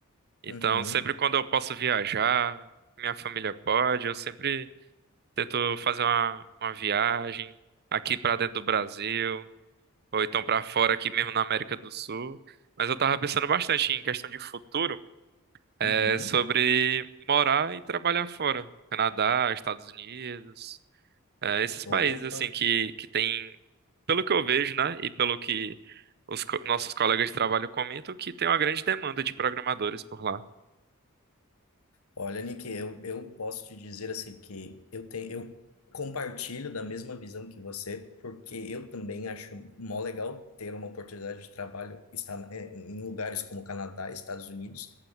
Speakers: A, on the right (about 50°); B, on the left (about 80°).
A: Então,
B: Uhum,
A: sempre quando eu posso viajar, minha família pode, eu sempre tento fazer uma, uma viagem aqui pra dentro do Brasil. ou então pra fora aqui mesmo na América do Sul. Mas eu tava pensando bastante em questão de futuro, é
B: uhum.
A: sobre morar e trabalhar fora, Canadá, Estados Unidos, é, esses países
B: Opa.
A: assim que que tem, pelo que eu vejo, né, e pelo que os co- nossos colegas de trabalho comentam, que tem uma grande demanda de programadores por lá.
B: Olha, Nick, eu, eu posso te dizer assim que eu tenho, eu compartilho da mesma visão que você, porque eu também acho mó legal ter uma oportunidade de trabalho estar na- eh, em lugares como Canadá, Estados Unidos,